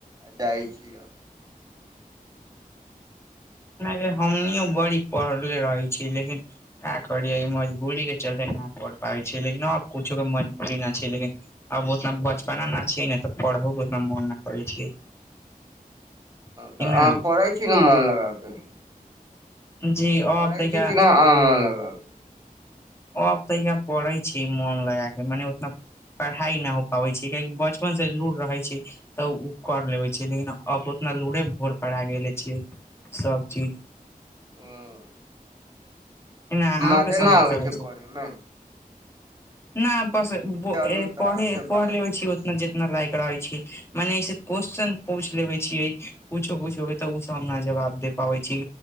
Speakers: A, on the right; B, on the left.
A: जाइ छियै।
B: नइ गै, हमनियो बड़ी पढ़ले रहै छीयै लेकिन का करियै ई मजबूरी के। चलते नहि पढ़ पाबै छियै, लेकिन न कुछो के मजबुरी न छै, लेकिन। आब उतना बचपना ना छियै न तऽ पढ़ो के उतना मोन न करै छियै। कि
A: तऽ
B: न
A: अहाँ पढ़ै छी न मोन लगा कऽ।
B: जी। अब
A: पढ़ै
B: तैका
A: छी कि ना अहाँ मोन लगा कऽ।
B: हम तनिका पढ़ै छी, मोन लगा क मने उतना। पढ़ाई ना हो पाबै छै, कियाकि बचपन से लूर रहै छै। तऽ उ कर लेबै छै, लेकिन आब ओतना लूरे भोरपरा गेले छियै सब चीज।
A: हूं।
B: एना अहूँ
A: मजे
B: के समाचार
A: ना आबै छै पढ़ें में।
B: ना बस पढ़े
A: चलू तऽ अहाँसँ
B: पढ़लेबे
A: बात
B: छियै। जितना लायक रहै छै, मने ऐसे क्वेश्चन पूछ लेबै छीयै कुछो-कुछो। तऽ ओ सब हम न जवाब दे पाबै छी,